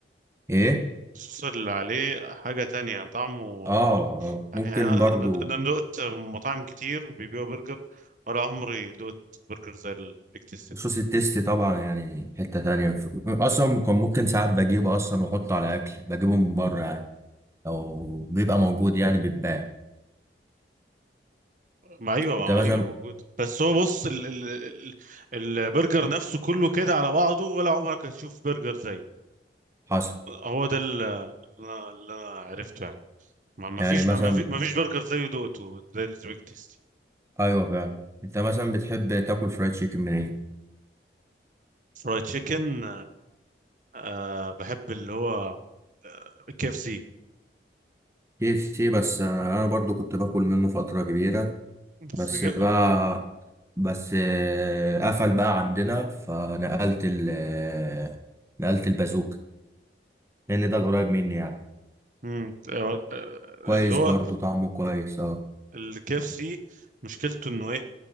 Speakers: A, on the right; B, on the right.
A: ايه
B: الصوص اللي عليه حاجة تانية طعمه
A: اه آه،
B: يعني
A: ممكن
B: أنا
A: برضه
B: أنا أنا دقت مطاعم كتير بيبيعوا برجر ولا عمري دقت برجر زي البيك تيستي ده
A: صوص التيستي طبعا يعني حته تانية اصلا كان ممكن ساعات بجيبه اصلا واحطه على اكل بجيبه من بره يعني او بيبقى موجود يعني بيتباع
B: ما أيوه ما
A: انت مثلا
B: أيوه موجود بس هو بص ال ال ال البرجر نفسه كله كده على بعضه ولا عمرك هتشوف برجر زيه
A: حصل
B: هو ده ال- اللي أنا اللي أنا عرفته يعني ما ما
A: يعني
B: فيش
A: مثلا
B: ما ما في- ما فيش برجر زيه دقته زي البيك تيستي
A: ايوه فعلا انت مثلا بتحب تاكل فرايد تشيكن من ايه
B: فرايد تشيكن آه بحب اللي هو آه، كي اف سي
A: كي اف سي بس آه، انا برضو كنت باكل منه فتره كبيره
B: بس
A: بس
B: بيجي-
A: بقى بس آه، قفل بقى عندنا فنقلت ال آه، نقلت البازوك لان ده القريب مني يعني
B: مم، آه، آه،
A: كويس
B: اللي هو
A: برضو طعمه كويس اه
B: الكي اف سي مشكلته انه ايه